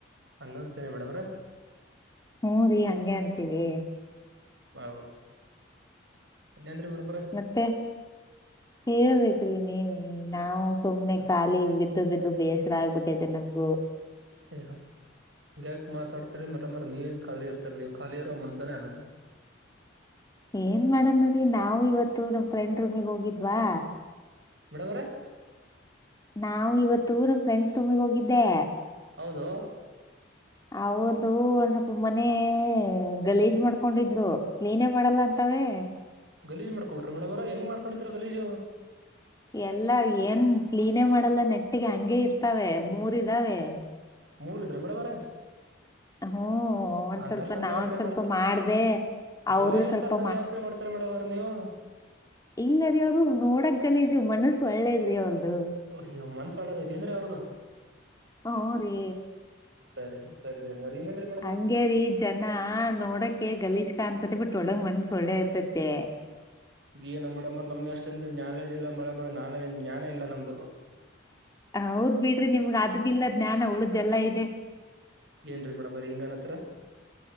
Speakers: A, on the right (about 60°); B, on the left (about 20°).
A: ಹಂಗಂತಿರ ಮೇಡಮ್ರರೆ.
B: ಹೂ ರಿ ಹಂಗೆ ಅಂತೀವಿ.
A: ಹೌದ ಇನ್ನೇನ್ರಿ ಮೇಡಂ ಅವ್ರೆ.
B: ಮತ್ತೆ ಹೇಳ್ಬೇಕ್ರಿ ನೀವೆ ನಾವ ಸುಮ್ನೆ ಖಾಲಿ ಬಿದ್ದು ಬಿದ್ದು ಬೇಸರ ಆಗ್ಬಿಟ್ಟೈತೆ ನಮಗು
A: ಅಯಾ ಹಂಗ್ಯಾಕ ಮಾತಾಡ್ತರಿ ಮರ ನೀವೇನ್ ಖಾಲಿ ಇರ್ತರ ನೀವು ಖಾಲಿ ಇರೋ ಮನ್ಸನೇ ಅಲ್ಲ ನೀವು.
B: ಏನ್ ಮಾಡನರೀ ನಾವು ಇವತ್ತು ನಮ್ ಫ್ರೆಂಡ್ ರೂಮಿಗ ಹೋಗಿದ್ವಾ.
A: ಮೇಡಮ್ ಅವ್ರೆ
B: ನಾವು ಇವತ್ತು ನಮ ಫ್ರೆಂಡ್ಸ್ ರೂಮಿಗ ಹೋಗಿದ್ದೆ.
A: ಹೌದು.
B: ಅವ್ರದು ಒಂದ್ ಸ್ವಲ್ಪ ಮನೆ ಗಲೀಜ್ ಮಾಡ್ಕೊಂಡಿದ್ರು ಕ್ಲೀನೇ ಮಾಡಲ್ಲ ಅಂತಾವೇ.
A: ಗಲೀಜ್ ಮಾಡಕಟ್ರ ಮೇಡಮ್ರ ಹೆಂಗ್ ಮಾಡ್ಕೊಂಡಿದ್ರು ಗಲೀಜು.
B: ಎಲ್ಲ ಏನ್ ಕ್ಲೀನೇ ಮಾಡಲ್ಲ ನೆಟ್ಟಿಗೆ ಹಂಗೆ ಇರ್ತಾವೆ ಮೂರ್ ಇದ್ದಾವೆ.
A: ಮೂರ್ ಇದ್ರ ಮೇಡಮರೇ.
B: ಹ್ಮ ಒಂದ್
A: ಅಂತರ
B: ಸ್ವಲ್ಪ
A: ಸಂಘ
B: ನಾವೊಂದ್
A: ಯಾಕ್ರ
B: ಸ್ವಲ್ಪ
A: ಮಾಡ್ತ
B: ಮಾಡ್ದೆ ಅವರು
A: ಗಲೀಜ್
B: ಸ್ವಲ್ಪ
A: ಅಂತರ ಸಂಘ ಯಾಕ್ರ ಮಾಡ್ತರಿ ಮೇಡಮ್ ಅವ್ರೆ ನೀವು.
B: ಇಲ್ಲ ರೀ ಅವ್ರು ನೋಡಕ ಗಲೀಜು ಮನಸ ಒಳ್ಳೇದ್ರೀ ಅವ್ರದು.
A: ಅಯ್ಯೋ ಮನ್ಸ ಒಳದೈತಿ ಏನ್ರಿ ಅವರ್ದು
B: ಹ್ಮ ರೀ
A: ಸರಿ. ಸರಿರೀ ಇನ್ನೇನ್ರಿ ಮೇಡಮ್ ಅವ್ರ
B: ಹಂಗೇರಿ ಜನ ನೋಡಕೆ ಗಲೀಜ್ ಕಾಣಂತದೆ ಬಟ್ ಒಳಗ್ ಮನ್ಸ ಒಳ್ಳೆ ಇರ್ತತೆ.
A: ಏನೋ ಮೇಡಂ ಅವ್ರೆ ನಮ್ಗ ಅಷ್ಟೊಂದ ನಾಲೇಡ್ಜ್ ಮೇಡಂ ಅವ್ರೆ ಮ್ರ ನಾನೇ ಜ್ಞಾನ ಇಲ್ಲ ನಮ್ದು.
B: ಹೌದ ಬಿಡ್ರಿ ನಿಮ್ಗ ಅದ ಬಿಲ್ಲ ಜ್ಞಾನ ಉಳ್ದ ಎಲ್ಲ ಇದೆ.
A: ಏನ್ರಿ ಮೇಡಮ್ರ ಹಿಂಗನ್ನತ್ರ.